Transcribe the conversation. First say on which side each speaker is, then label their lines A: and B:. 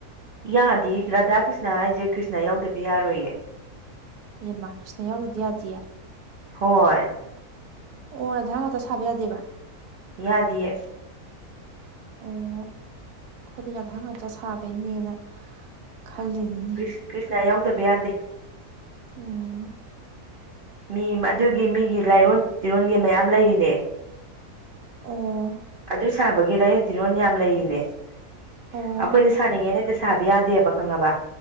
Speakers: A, on the right (about 65°); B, on the right (about 85°).
A: ꯌꯥꯗꯤꯌꯦ ꯔꯥꯙꯥ ꯀ꯭ꯔꯤꯁꯅ ꯍꯥꯏꯖꯦ ꯀ꯭ꯔꯤꯁꯅ ꯌꯥꯎꯗꯕ ꯌꯥꯔꯣꯏꯌꯦ
B: ꯌꯦꯃꯥ ꯀ꯭ꯔꯤꯁꯅ ꯌꯥꯎꯗꯗꯤ ꯌꯥꯗꯤꯌꯦ
A: ꯍꯣꯏ
B: ꯑꯣ ꯑꯗꯥꯡ ꯉꯥꯛꯇ ꯁꯥꯕ ꯌꯥꯗꯦꯕ
A: ꯌꯥꯗꯤꯌꯦ
B: ꯑꯣ ꯑꯩꯈꯣꯏꯗꯤ ꯔꯥꯙ ꯉꯥꯛꯇ ꯁꯥꯕꯩꯅꯦꯅ ꯈꯜꯂꯤꯅꯤ
A: ꯀ꯭ꯔꯤꯁ ꯀ꯭ꯔꯤꯁꯅꯥ ꯌꯥꯎꯗꯕ ꯌꯥꯗꯦ
B: ꯎꯝ
A: ꯃꯤ ꯑꯗꯨꯒꯤ ꯃꯤꯒꯤ ꯂꯥꯏꯔꯣꯟ ꯇꯤꯔꯣꯟꯒꯤ ꯃꯌꯥꯝ ꯂꯩꯔꯤꯅꯦ
B: ꯑꯣ
A: ꯑꯗꯨ ꯁꯥꯕꯒꯤ ꯂꯥꯏꯌꯣꯟ ꯇꯤꯔꯣꯟ ꯌꯥꯝ ꯂꯩꯔꯤꯅꯦ ꯑꯩꯈꯣꯏꯅ
B: ꯑꯣ
A: ꯁꯥꯅꯤꯡꯉꯦꯅ ꯁꯥꯕ ꯌꯥꯗꯦꯕ ꯈꯪꯉꯕ